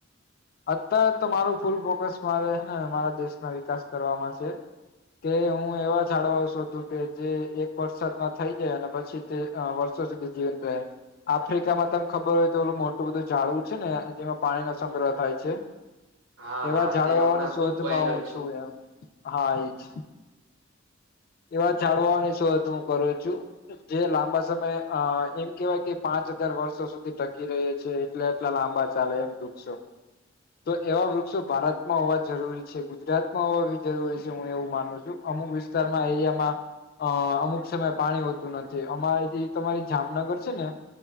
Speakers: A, on the left; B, on the right.
A: અત્યારે તો મારું ફૂલ ફોકસ મારે હને મારા દેશના વિકાસ કરવામાં છે. કે હું એવા જાડવાઓ શોધું કે જે એક વરસાદમાં થઈ જાય અને પછી તે અ વર્ષો સુધી જીવનંત રેય. આફ્રિકામાં તને ખબર હોય તો ઓલું મોટું બધું ઝાડું છે ને જેમાં પાણી નો સંગ્રહ થાય છે.
B: હા
A: એવા
B: હા
A: જાડવાઓની
B: તે હમણાં ખુબ
A: શોધમાં
B: વાયરલ
A: હું છું એમ હા એ જ. એવા ઝાડવાઓની શોધ હું કરું છું. જે લાંબા સમય અ એમ કેવાય કે પાંચ હજાર વર્ષો સુધી ટકી રહે. છે એટલે એટલા લાંબા ચાલે એમ વૃક્ષો.
B: <inaudible>
A: તો એવા વૃક્ષો ભારતમાં હોવા જરૂરી છે. ગુજરાતમાં હોવા બી જરૂરી છે હું એવું માનું છું અમુક વિસ્તારમાં એરિયામાં. અ અમુક સમય પાણી હોતું નથી અમા ઇ જે તમારી જામનગર છે ને.